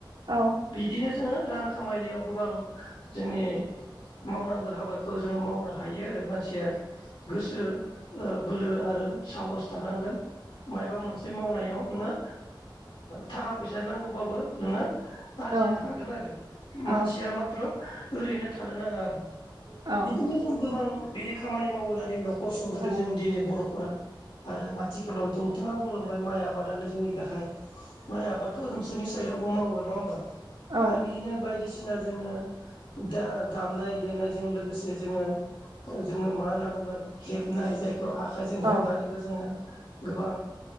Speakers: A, on the right; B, on the left.
A: औ
B: बिदिनो जोङो रां खामायनायाव गोबां जोंनि मावनांगौ हाबाखौ जोङो मावनो हायो आरो मानसिया गोसो ओ बोलो आरो साहस थानांगोन मायबा मोनसे मावनायाव नोङो ओ थाखा फैसा नांगौबाबो नोङो आरजिनो
A: औ
B: हागोन आरो
A: औ
B: मानसिया माथ्र ओरैनो थानो नाङा आरो
A: औ औ
B: बिदिनो जों गोबां बिदि खामानि मावोनानै न'खर संबोदों
A: औ
B: जों दिनै बर'फोरा आरो आथिखालाव नोंथाङा बुंलांबाय माइ आबाद दानो जोंनि गाहाय माइ आबादखौ नोंसोरनि साइदआवबो मावो नङा होमबा
A: औ
B: आरो बिदिनो बायदिसिना जोङो दा दामनाय देनायजों लोगोसे जोङो जोङो मा होनना बुंगोन हेबनाय जाय खौ आखाइजों
A: औ
B: हेबनानैबो जोङो गोबां